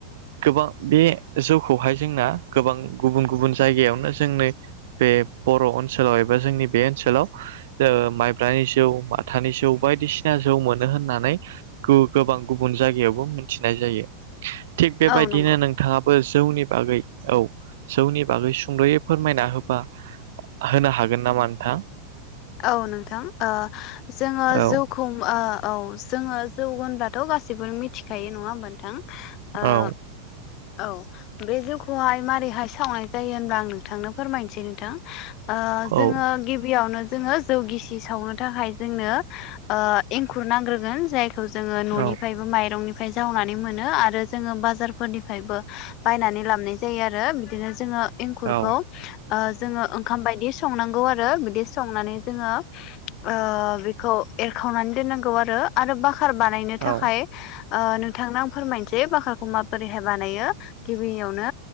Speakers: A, on the right; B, on the left.
A: गोबां बे जौखौहाय जोंना गोबां गुबुन गुबुन जायगायावनो जोंनि बे बर' ओनसोलाव एबा जोंनि बे ओनसोलाव ओ माइब्रानि जौ माथानि जौ बायदिसिना जौ मोनो होननानै गोबां गुबुन जायगायावबो मिथिनाय जायो थिग बेबायदिनो
B: औ नंगौ
A: नोंथाङा बो जौनि बागै औ जौनि बागै सुंद'यै फोरमायना होबा होनो हागोन नामा नोंथां?
B: औ नोंथां ओ जोङो
A: औ
B: जौखौ ओ औ जोङो जौ होनब्लाथ' गासिबो मिथिखायो नङा होमबा नोंथां? ओ
A: औ
B: औ बे जौखौहाय मारैहाय सावनाय जायो होनब्ला आं नोंथांनो फोरमायनोसै नोंथां आ
A: औ
B: जोङो गिबियावनो जोङो जौगिसि सावनो थाखाय जोंनो ओ एंखुर नांग्रोगोन जाय खौ जोङो न'निफ्रायबो
A: औ
B: माइरंनिफ्राय जावनानै मोनो आरो जोङो बाजारफोरनि फायबो बायनानै लाबोनाय जायो आरो बिदिनो जोङो एंखुरखौ
A: औ
B: ओ जोङो ओंखाम बायदि संनांगौ आरो बिदि संनानै जोङो ओ बेखौ एरखावनानै दोननांगौ आरो आरो बा खार बानायनो थाखाय
A: औ
B: ओ नोंथांनो आं फोरमायनोसै बाखारखौ माबा दिहाय बानायो गिबियावनो